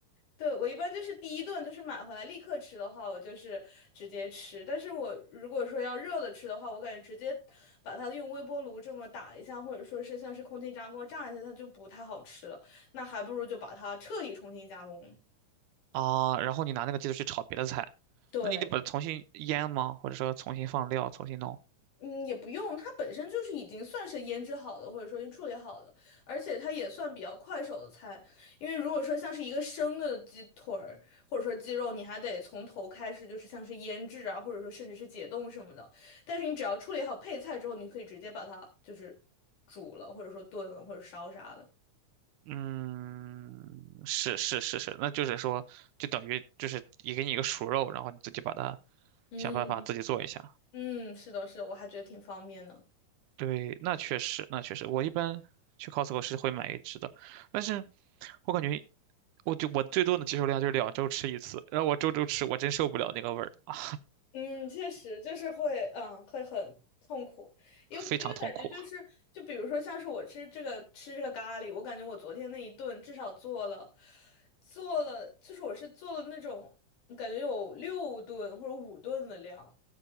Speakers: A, on the left (about 85°); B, on the right (about 80°).
A: 对，我一般就是第一顿就是买回来立刻吃的话，我就是直接吃。但是我如果说要热了吃的话，我感觉直接把它用微波炉这么打一下，或者说是像是空气炸锅炸一下，它就不太好吃了。那还不如就把它彻底重新加工。
B: 啊。然后你拿那个鸡腿去炒别的菜，
A: 对，
B: 那你得把它重新腌吗？或者说重新放料，重新弄？
A: 嗯，也不用，它本身就是已经算是腌制好的，或者说已经处理好的，而且它也算比较快手的菜。因为如果说像是一个生的鸡腿儿，或者说鸡肉，你还得从头开始，就是像是腌制啊，或者说甚至是解冻什么的。但是你只要处理好配菜之后，你可以直接把它就是煮了，或者说炖了，或者烧啥的。
B: 嗯，是是是是，那就是说，就等于就是也给你一个熟肉，然后你自己把它
A: 嗯
B: 想办法自己做一下。
A: 嗯，是的，是的，我还觉得挺方便的。
B: 对，那确实，那确实，我一般去 Costco 是会买一只的，但是我感觉我就我最多的接受量就是两周吃一次，然后我周周吃，我真受不了那个味儿啊，
A: 嗯，确实就是会，嗯，会很痛苦，因为因为感觉就是，
B: <laughs> 非常痛苦
A: 就比如说像是我吃这个吃这个咖喱，我感觉我昨天那一顿至少做了做了，就是我是做了那种感觉有六顿或者五顿的量。